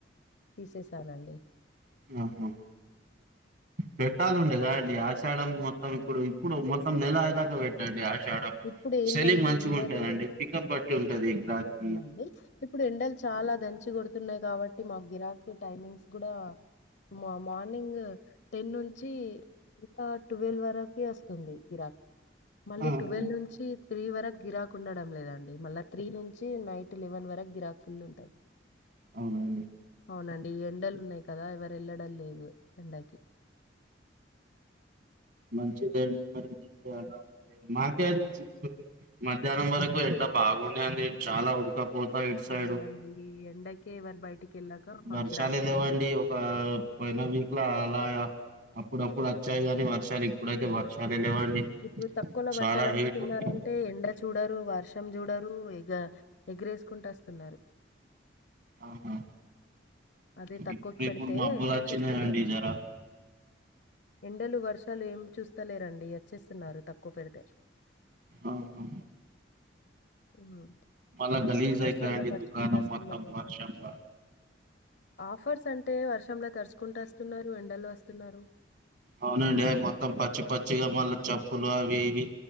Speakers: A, on the left; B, on the right.
A: తీసేసానండి
B: ఆహా పెట్టాలుండే గదండి ఆషాడం మొత్ త్తం ఇప్పుడు ఇప్పుడు మొత్తం నెలయేదాకా పెట్టండి ఆషాడ్ డం
A: ఇప్పుడు ఏందంటే
B: సెల్లింగ్ మంచిగుంటదండి
A: ఎండలు
B: పికప్ బట్టి ఉంటది గ్రాక్కి
A: వుందండి ఇప్పుడు ఎండలు చాలా దంచి గొడుతున్నాయి కాబట్టి మా గిరాకి టైమింగ్స్ కూడా మ మార్నింగ్ టెన్ నుంచి ఇంకా ట్వెల్వ్ వరకి అస్తుంది గిరాక్ మళ్ళీ
B: ఆహా
A: ట్వెల్ నుంచి త్రీ వరకు గిరాక్ ఉండడం లేదండి, మళ్ళా త్రీ నుంచి నైట్ లెవెన్ వరకు గిరాక్ ఫుల్ ఉంటది
B: అవునా అండి
A: అవునండి ఎండలు ఉన్నయి కదా ఎవర్ ఎళ్లడం లేదు ఎండకి
B: మంచిదండి మరి మీకు గిరాక్ రావడం మాకేడోచ్చింది మధ్యాహ్నం వరకు ఎండ బాగుండె అండి చాలా ఉడకపోత్ త ఇటు సైడు
A: అవునండి ఈ ఎండకే ఎవరు బయటికి వెళ్ళాక మాకు
B: వర్షాలే
A: గిరాక్స్
B: లేవండి
A: కూడా లేదండి.
B: ఒకా పోయిన వీక్లా అలాగా అప్పుడప్పుడు వచ్చాయి కాని వ వర్షాలు ఇప్పుడైతే
A: హ్మ్.
B: వర్షాలె లేవండి
A: ఇప్పుడు తక్కువలో
B: చాలా
A: బట్టలు అమ్ముతున్నారంటే
B: హీట్ ఉంట
A: ఎండ చూడరు వర్షం చూడరు ఎగ ఎగరేసుకుంట వస్తున్నారు
B: ఆహా
A: అదే తక్కువకి
B: ఇప్పు
A: పెడితే
B: ఇప్పుడు మా అబ్బులు
A: ఎండ
B: వచ్చినాయిండి
A: చూస్తలేరు.
B: జర
A: ఎండలు వర్షాలు ఏం చూస్తలేరండి అచ్చేస్తున్నారు తక్కువ పెడితే
B: అ హా
A: హ్మ్.
B: మళ్ల గలీజ్
A: వర్షంలో
B: అయితా అండి
A: తడుచుకుంటూ
B: దుకాణం
A: వస్తున్నారు.
B: మొత్తం వర్షంల
A: ఆఫర్స్ అంటే వర్షంల తరుచుకుంటూ వస్తున్నారు ఎండల వస్తున్నారు
B: అవునండి అవి మొత్తం పచ్చి పచ్చిగా మళ్ళా చప్పులు అవి ఇవి